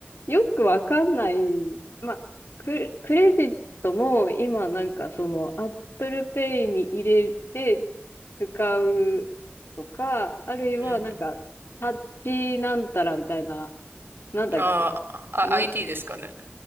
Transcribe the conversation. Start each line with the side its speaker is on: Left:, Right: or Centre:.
Left: よくわかんない、まあ、ク、クレジットも今なんかその Apple Pay に入れて使うとか、あるいはなんかタッチなんたらみたいな、
Right: うんうん。
Left: なんだっけ、
Right: <laughs> あーあ、
Left: な、
Right: ID ですかね。